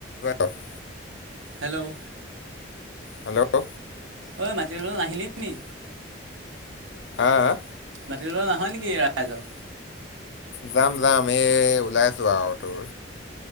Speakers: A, on the left; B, on the right.
A: ৱেকাফ
B: hello
A: hello
B: ঐ মাটি নাহিলি নি
A: আ আ
B: মাতি লোৱালে নাহ নেকি ৰাইজৰ
A: যাম যাম এই ওলাই আছো আৰু তোৰ